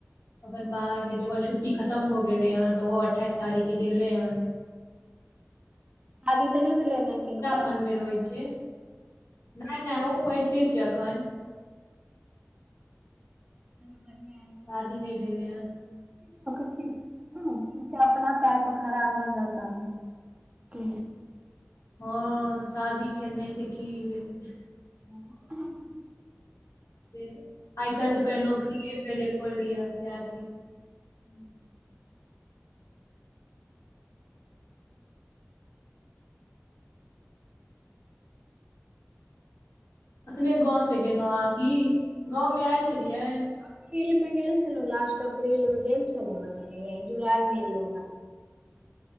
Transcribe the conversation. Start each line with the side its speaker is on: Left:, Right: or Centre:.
Left: अखन बाहरमे छै ओकर छुट्टी खतम भऽ गेलै हन तऽ ओहो अठाइस तारीखके गेलै हन
Right: अभी तॅं नै भेलैए ना किनको?
Left: <unintelligible> मे रहै छै, नहि नहि ओहो पढ़िते छै अखन।
Right: चलु बढ़ियाँ एहि अखन
Left: शादी नहि भेलै हन
Right: <unintelligible> ठीक छै अपना पैर पर खड़ा भऽ जाउ तहन ह्म <unintelligible>
Left: हँ, शादी केने से की हेतै?
Right: ह ह <unintelligible>
Left: से आइ काल्हि तऽ पहिले नौकरीये पहिले कऽ लिय सेहै ठीक। छै।
Right: <inaudible>
Left: अखने गाँवसँ गेलहुँ अहाँ की, गाँवमे आयल छलियै?
Right: अप्रीलमे गेल छलहुँ, लास्ट अप्रीलमे गेल छलहुँए आ ई जुलाईमे अएलहुँए